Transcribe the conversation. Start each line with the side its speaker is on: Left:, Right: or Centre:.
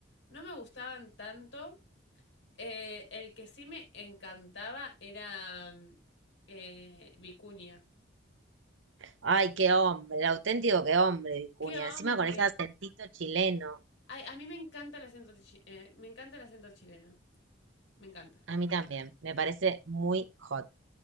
Left: no me gustaban tanto. Eh, el que sí me encantaba era mm, eh, Vicuña.
Right: Ay, qué hombre, el auténtico qué hombre, Vicuña.
Left: ¡Qué hombre!
Right: Encima con ese acentito chileno.
Left: Ay, a mí me encanta el acento, chi- eh, me encanta el acento chileno, me encanta.
Right: A mí también, me parece muy hot.